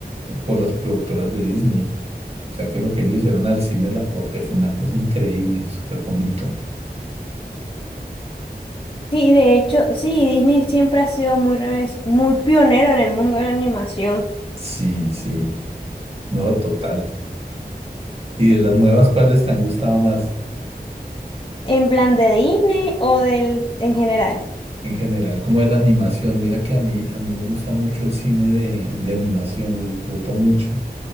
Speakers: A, on the right; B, on the left.
A: eh, por las productoras de Disney. O sea que lo que ellos hicieron al cine, el aporte fue una cosa increíble, súper bonito.
B: sí, de hecho, sí, Disney siempre ha sido muy, revés- muy pionero en el mundo de la animación.
A: Sí, sí, no, total. ¿Y de las nuevas, cuáles te han gustado más?
B: En plan de Disney o del, en general.
A: en general, como de la animación. Mira que a mí, a mí me gusta mucho el cine de, de animación, lo disfruto mucho.